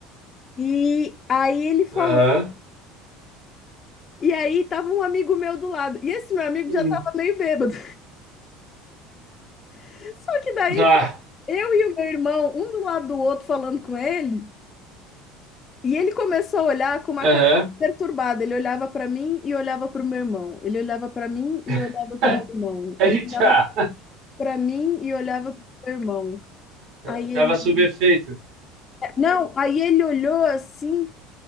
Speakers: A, on the left; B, on the right.
A: E aí ele falou,
B: Aham.
A: e aí tava um amigo meu do lado, e esse meu amigo
B: Hum.
A: já tava meio bêbado. <laughs> Só que daí,
B: Tá.
A: eu e o meu irmão, um do lado do outro falando com ele, E ele começou a olhar com uma
B: Aham.
A: cara perturbada. Ele olhava para mim e olhava para o meu irmão. Ele olhava para mim e
B: <laughs>
A: olhava para o meu irmão.
B: Eita!
A: Ele olhava para mim e olhava para o meu irmão.
B: Tá-
A: Aí
B: Tava
A: ele,
B: sob efeito.
A: não, aí ele olhou assim